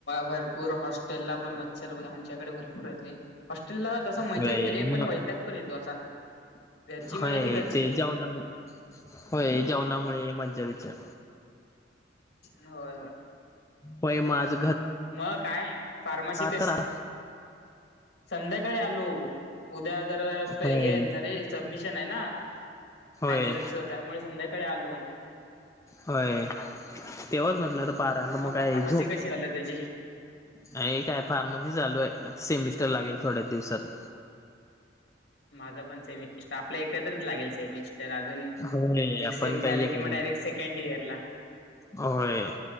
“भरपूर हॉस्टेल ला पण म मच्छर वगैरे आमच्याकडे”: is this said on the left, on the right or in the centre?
Left